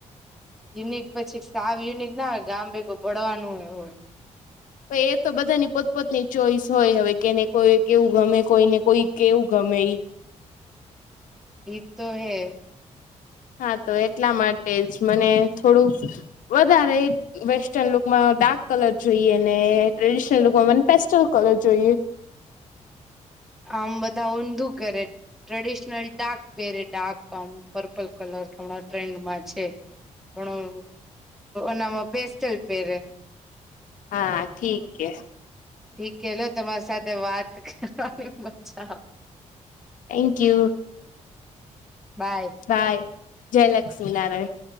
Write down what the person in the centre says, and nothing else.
યુનિક પછી સાવ યુનિક ના હોય ગામ ભેગું ભળવાનું હોય
એ તો હૈ
<inaudible> આમ બધા ઊંધું કરે ટ્રેડિશનલ ડાક પહેરે ડાક આમ પર્પલ કલર હણા ટ્રેન્ડમાં છે હણ નમાં બેસ્ટલ પર
ઠીક કેલો તમારી સાથે વાત કરવાની મજા
બાય